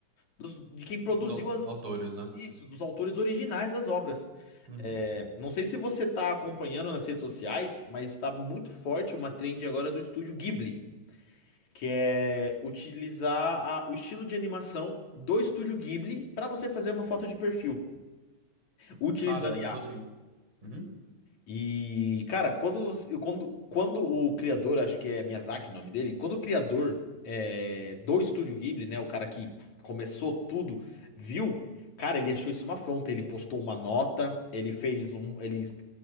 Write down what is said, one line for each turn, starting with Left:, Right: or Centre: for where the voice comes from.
Left: dos- de quem produziu
Right: Os au-
Left: as,
Right: autores, né?
Left: isso, dos autores originais das obras.
Right: Uhum.
Left: É, não sei se você está acompanhando nas redes sociais, mas está muito forte uma trend agora do estúdio Ghibli que é utilizar a- o estilo de animação do estúdio Ghibli para você fazer uma foto de perfil, utilizando
Right: Cara, eu tô assim. Uhum.
Left: e, cara, quando, quando, quando o criador, acho que é Miyazaki o nome dele, quando o criador é, do Estúdio Ghibli, né, o cara que começou tudo, viu, cara, ele achou isso uma afronta. Ele postou uma nota, ele fez um, ele es-